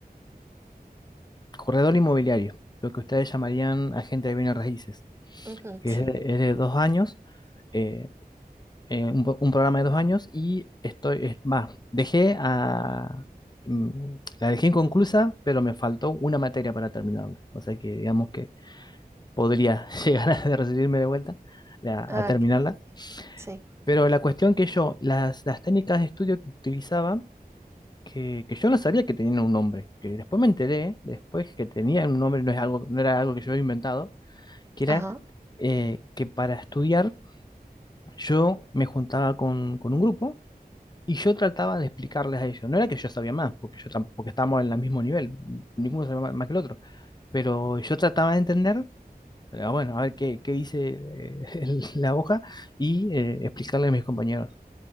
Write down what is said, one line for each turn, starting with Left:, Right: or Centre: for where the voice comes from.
Left: corredor inmobiliario, lo que ustedes llamarían agente de bienes raíces,
Right: Ujú,
Left: que
Right: sí.
Left: es de, es de dos años, eh, eh, un, po- un programa de dos años y estoy, es- va, dejé a, mm, la dejé inconclusa, pero me faltó una materia para terminarla, o sea que digamos que podría <laughs> llegar a recibirme de vuelta la-
Right: Ah,
Left: a terminarla,
Right: Ok, sí.
Left: pero la cuestión que yo, las, las técnicas de estudio que utilizaba, que, que yo no sabía que tenían un nombre, que después me enteré, después que tenían un nombre, no es algo, no era algo que yo había inventado, que era
Right: Ajá.
Left: eh, que para estudiar yo me juntaba con, con un grupo y yo trataba de explicarles a ellos. No era que yo sabía más, porque yo tam- porque estábamos en el mismo nivel, ninguno sabía más, más que el otro, pero yo trataba de entender, eh, bueno, a ver qué, qué dice eh, <laughs> el- la hoja y eh, explicarle a mis compañeros.